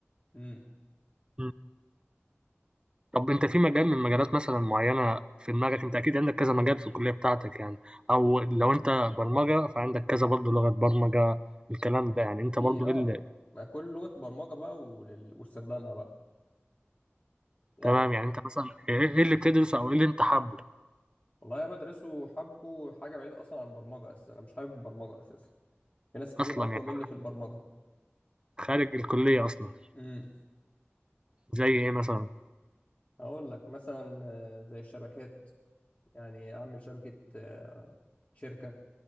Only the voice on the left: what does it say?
امم
في
اه
ما كل لغة برمجة بقى ولل- واستخدامها بقى يعني
والله انا بدرسه حبه حاجة بعيدة اصلا عن البرمجة اساسا انا مش حابب البرمجة اساسا في ناس كتير
اقوى
مني في البرمجه
امم
هقول لك مثلا آه، زي الشبكات يعني اعمل شبكه آه، شركه